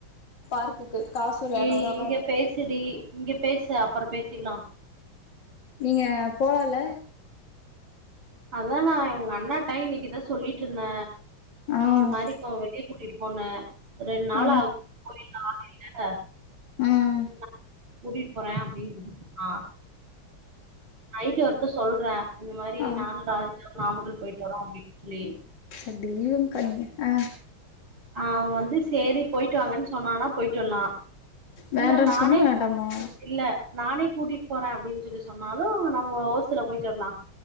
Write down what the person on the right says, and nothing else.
ஏய் இங்க பேசுடி இங்க பேசு அப்ரோ பேசிக்கிலா
அதா நா உங்க அண்ணாட்டா இன்னைக்குதா சொல்லிட்டு இருந்த
இந் மாறி வெளியே கூட்டிட்டு போனு ரெண்டு நாள்
ஆகு கோயில்ல ஆளு இல்ல
உன்ன கூட்டிட்டு போற அப்டின்னா நைட்டு வரட்டு சொல்ற இந்த மாறி
நானு ராஜனு நாமக்கல் போயிட்டு வரோ அப்டின்னு சொல்லி
அவ வந்து சேரி போயிட்டு வாங்கன்னு சொன்னான்னா போயிட்டு வரலா
இல்ல நானே
இல்ல நானே கூட்டிட்டு போற அப்டின்னு சொல்லி சொன்னாலு நம்ம ஒசில போயிட்டு வரலா